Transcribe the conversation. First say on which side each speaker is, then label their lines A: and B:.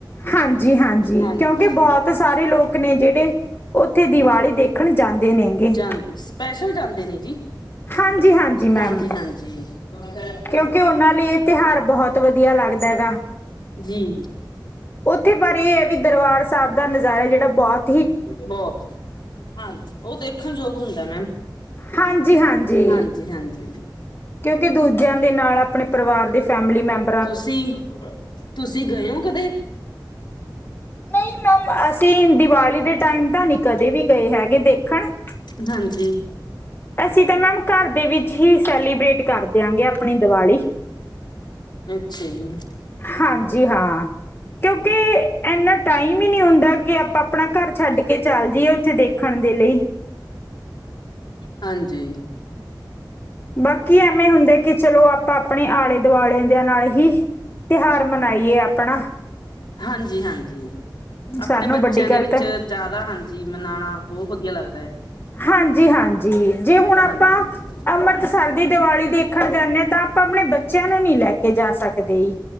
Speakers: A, on the left; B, on the left.
A: ਹਾਂਜੀ-ਹਾਂਜੀ
B: ਹਾਂਜੀ।
A: ਕਿਉਂਕਿ ਬੋਹਤ ਸਾਰੇ ਲੋਕ ਨੇ ਜੇੜੇ- ਉੱਥੇ ਦੀਵਾਲੀ ਦੇਖਣ ਜਾਂਦੇ ਨੇਗੇ।
B: ਜਾਂਦੇ ਸਪੈਸ਼ਲ ਜਾਂਦੇ ਨੇ ਜੀ।
A: ਹਾਂਜੀ-ਹਾਂਜੀ ਮੈਮ
B: ਹਾਂਜੀ, ਹਾਂਜੀ।
A: ਕਿਉਂਕਿ ਉਨਾਂ ਲਈ ਏ ਤਿਉਹਾਰ ਬਹੁਤ ਬਹੁਤ ਵਧੀਆ ਲੱਗਦਾ ਹੈਗਾ।
B: ਜੀ
A: ਉੱਥੇ ਪਰ ਏ ਹੈ ਵੀ ਦਰਬਾਰ ਸਾਹਿਬ ਦਾ ਨਜ਼ਾਰਾ ਜੇੜਾ ਬੋਤ-
B: ਬੋਤ, ਹਾਂਜੀ ੳ ਦੇਖਣਜੋਗ ਹੁੰਦਾ ਮੈਮ।
A: ਹਾਂਜੀ-ਹਾਂਜੀ।
B: ਹਾਂਜੀ ਹਾਂਜੀ
A: ਕਿਉਂਕਿ ਦੂਜਿਆਂ ਦੇ ਨਾਲ ਆਪਣੇ ਪਰਿਵਾਰ ਦੇ ਫੈਮਿਲੀ ਮੈਂਮ-
B: ਤੁਸੀਂ, ਤੁਸੀਂ ਗਏ ੳਂ ਕਦੇ?
A: ਨਈ ਮੈਮ ਅਸੀਂ ਦੀਵਾਲੀ ਦੇ ਟਾਈਮ ਤਾਂ ਨੀ ਕਦੇ ਵੀ ਗਏ ਹੈਗੇ ਦੇਖਣ-
B: ਹਾਂਜੀ।
A: ਅਸੀਂ ਤਾਂ ਮੈਮ ਘਰ ਦੇ ਵਿੱਚ ਹੀ ਸੈਲੀਬ੍ਰੇਟ ਕਰ ਦਿਆਂਗੇ ਆਪਣੀ ਦੀਵਾਲੀ-
B: ਅੱਛਾ ਜੀ-
A: ਹਾਂਜੀ ਹਾਂ। ਕਿਉਂਕਿ ਇਨਾ ਟਾਈਮ ਈ ਨੀ ਹੁੰਦਾ ਕਿ ਆਪਾਂ ਆਪਣਾ ਘਰ ਛੱਡ ਕੇ ਚੱਲ ਜਾਈਏ ਉੱਥੇ ਦੇਖਣ ਦੇ ਲਈ।
B: ਹਾਂਜੀ।
A: ਬਾਕੀ ਐਵੇਂ ਹੁੰਦੈ ਕੀ ਚਲੋ ਆਪਾਂ ਆਪਨੇ ਆਲੇ ਦੁਆਲੇ ਦੇਆਂ ਨਾਲ ਹੀ, ਤਿਹਾਰ ਮਨਾਈਏ ਆਪਨਾ।
B: ਹਾਂਜੀ-ਹਾਂਜੀ, ਆਪਨੇ
A: ਸਾਰਿਆਂ ਨੂੰ
B: ਬੱਚੇਆਂ
A: ਵੱਡੀ
B: ਦੇ
A: ਗੱਲ
B: ਵਿੱਚ
A: ਤਾਂ
B: ਜਾਦਾ ਹਾਂਜੀ ਮਨਾਨਾ ਬਹੁ ਵਦੀਆ ਲੱਗਦਾ।
A: ਹਾਂਜੀ-ਹਾਂਜੀ, ਜੇ ਹੁਨ
B: ਹਾਂਜੀ
A: ਆਪਾਂ ਅੰਮਰਤਸ ਸਰ ਦੀ ਦਵਾਲੀ ਦੇਖਨ ਜਾਂਨੇ ਆਂ ਤਾਂ ਆਪਾਂ ਆਪਨੇ ਬੱਚੇਆਂ ਨੂੰ ਨੀ ਲੈ ਕੇ ਜਾ ਸਕਦੇ ਜੀ।